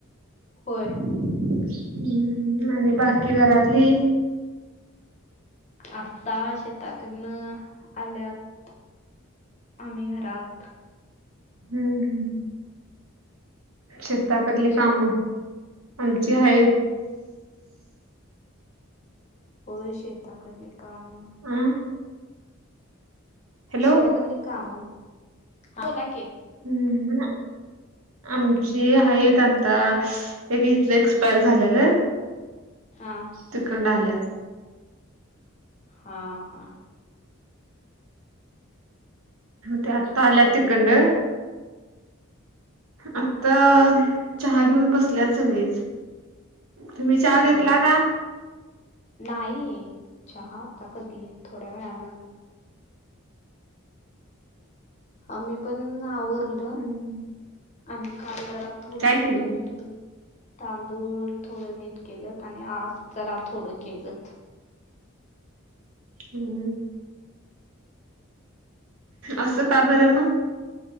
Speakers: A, on the left; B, on the right.
A: होय.
B: हम्म हम्म आणि बाकी घरातली?
A: आत्ता शेताकडनं आल्यात आम्ही घरात.
B: हम्म हम्म. शेताकडली
A: तुमचे
B: कामं आमची हाईत.
A: होय शेताकडली कामं.
B: अं हॅलो
A: <unintelligible> काम, हा बोला की.
B: हम्म ना आमची आहेत आता ते इथलं एक्सपायर झालेलं
A: हां.
B: तिकंड आल्यात.
A: हा हा.
B: ते आता आल्या ते कंडं आता चहा घेऊन बसल्याच सगळीच. तुम्ही चहा
A: हा
B: घेतला का?
A: नाही, चहा आत्ता कधी थोड्या वेळानं. आम्ही पण आवरलं.
B: हम्म.
A: आम्ही काल जरा थोडं
B: काय
A: तांदूळ
B: केलं
A: नीट केलं. तांदूळ थोडं नीट केलं आणि आस जरा थोडं केलं.
B: हम्म. असं का बरं मग?